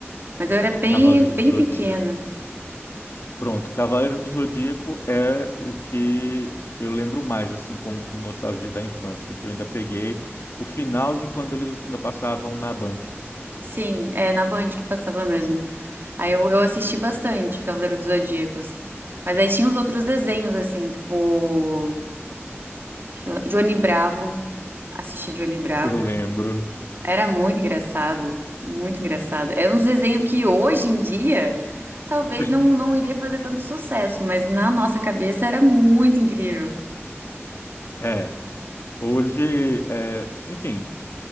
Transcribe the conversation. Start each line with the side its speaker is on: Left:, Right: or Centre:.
Right: mas eu era bem,
Left: Cavaleiros
Right: bem
Left: do Zodíaco.
Right: pequena.
Left: Pronto, Cavaleiros do Zodíaco é o que eu lembro mais assim com, com nostalgia da infância, que eu ainda peguei o final de quando eles ainda passavam na Band.
Right: Sim, é na Band que passava mesmo. Aí eu, eu assisti bastante Cavaleiro dos Zodíacos. Mas aí tinha os outros desenhos, assim, tipo. Jo- Johnny Bravo. Assisti Johnny Bravo.
Left: Eu lembro.
Right: Era muito engraçado. Muito engraçado. É um desenho que hoje em dia talvez
Left: <laughs>
Right: não, não iria fazer tanto sucesso, mas na nossa cabeça era muito incrível.
Left: É, hoje, é, enfim,